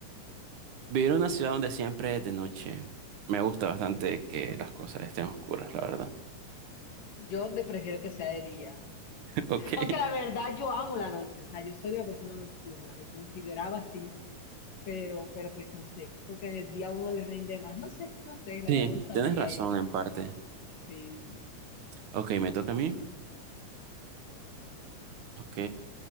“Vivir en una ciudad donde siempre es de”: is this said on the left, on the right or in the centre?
Right